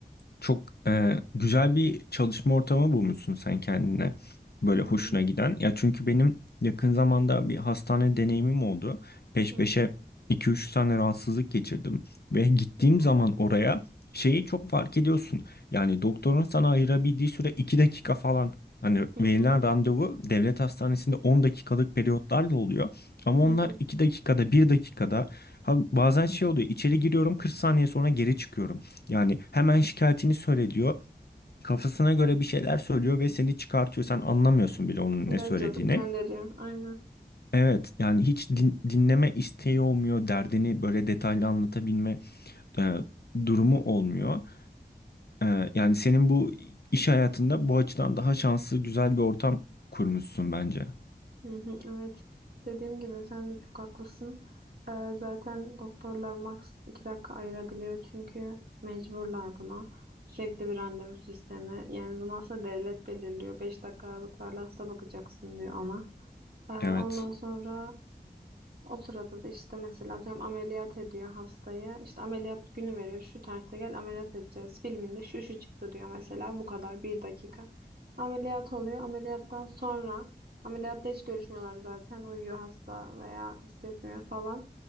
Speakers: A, on the left (about 65°); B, on the right (about 60°).
A: Çok e, güzel bir çalışma ortamı bulmuşsun sen kendine. Böyle
B: Hı
A: hoşuna
B: hı,
A: giden. Ya çünkü benim yakın zamanda bir hastane deneyimim oldu. Peş
B: hı hı,
A: peşe iki üç tane rahatsızlık geçirdim. Ve gittiğim
B: hı hı,
A: zaman oraya şeyi çok fark ediyorsun. Yani doktorun sana ayırabildiği süre 2 dakika falan. Hani
B: hı
A: verilen
B: hı,
A: randevu devlet hastanesinde 10 dakikalık periyotlarla oluyor. Ama onlar
B: hı hı.
A: 2 dakikada, bir dakikada. Ha, bazen şey oluyor. içeri giriyorum 40 saniye sonra geri çıkıyorum. Yani hemen şikayetini söyle diyor. Kafasına göre bir şeyler söylüyor ve seni çıkartıyor. Sen anlamıyorsun bile onun
B: İlaç
A: ne söylediğini.
B: yazıp gönderiyor. Aynen.
A: Evet yani hiç din- dinleme isteği olmuyor. Derdini böyle detaylı anlatabilme e, durumu olmuyor. E, yani senin bu iş hayatında bu açıdan daha şanslı güzel bir ortam kurmuşsun bence.
B: Hı hı, Evet, dediğim gibi sen de çok haklısın. Ee, zaten doktorlar max 2 dakika ayırabiliyor çünkü mecburlar buna. Sürekli bir randevu sistemi. Yani bunu aslında devlet belirliyor. beş dakika aralıklarla hasta bakacaksın diyor ona. Ee, ondan
A: Evet.
B: sonra o sırada da işte mesela diyorum ameliyat ediyor hastayı. İşte ameliyat günü veriyor. Şu tarihte gel ameliyat edeceğiz. Filminde şu şu çıktı diyor mesela. Bu kadar bir dakika. Ameliyat oluyor. Ameliyattan sonra ameliyatta hiç görüşmüyorlar zaten. Uyuyor hasta veya hissetmiyor falan.